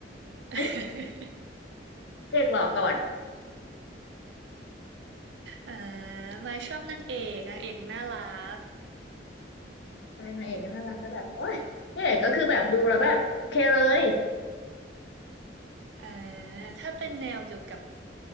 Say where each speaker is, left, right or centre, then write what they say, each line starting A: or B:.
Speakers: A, on the right; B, on the left.
A: <laughs>
B: เฮ้ยพระเอกหล่อก่อน
A: อ่าไมค์ชอบนางเอกนางเอกน่ารัก
B: ใช่นางเอกก็น่ารักแต่แบบโอ๊ยนางเอกก็คือแบบดูแล้วแบบโอเคเลย
A: อ่าถ้าเป็นแนวเกี่ยวกับ